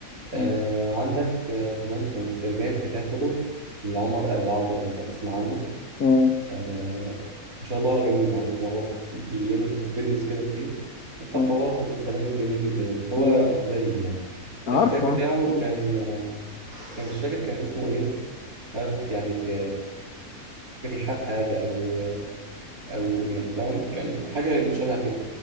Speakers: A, on the right; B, on the left.
A: آه
B: مم.
A: عندك آه كمان كنت جايب كتاب كتب لعمر آل العوده لو انت هتسمع عنه
B: مم.
A: آه ما شاء الله هو جميل عاوز هو بيعمل فيديو- فيديوز كده كتير وبتاع
B: مم.
A: خواطر وكلام جميل جدا يعني هو
B: مم.
A: متدين يعني
B: عارفه
A: الكتاب بتاعه
B: عارفه مم.
A: كان آه، كان مش فاكر كان اسمه ايه مش عارف يعني في ريحان حاجة أو أو يعني فاهم كان حاجة شبه كده